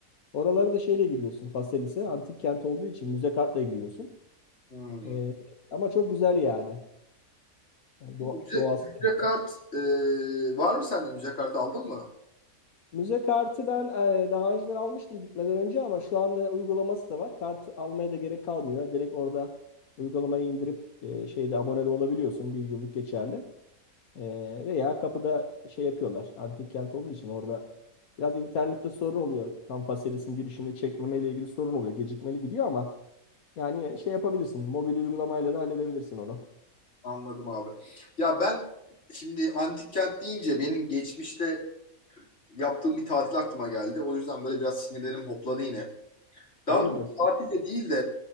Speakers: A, on the left; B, on the left.
A: Oraları da şeyle giriyorsun. Faselis'e antik kent olduğu için müze kartla giriyorsun.
B: Hı.
A: Ee, ama çok güzel yani. Ee, doğa-
B: Müze,
A: doğası da güzel.
B: müze kart e, var mı sende? Müze kartı aldın mı?
A: Müze kartı ben e, daha önceden almıştım gitmeden önce ama şu anda uygulaması da var. Kart almaya da gerek kalmıyor. Direkt orada uygulamayı indirip e, şeyde abone de olabiliyorsun. Bir yıllık geçerli. Ee, veya kapıda şey yapıyorlar. Antik kent olduğu için orada biraz internette sorun oluyor. Tam Faselis'in girişinde çekmeme ile ilgili sorun oluyor. Gecikmeli gidiyor ama yani şey yapabilirsin. Mobil uygulamayla da halledebilirsin onu.
B: Anladım abi. Ya ben şimdi antik kent deyince benim geçmişte yaptığım bir tatil aklıma geldi. O yüzden böyle biraz sinirlerim hopladı yine. Daha
A: Hayırdır?
B: doğrusu tatil de değil de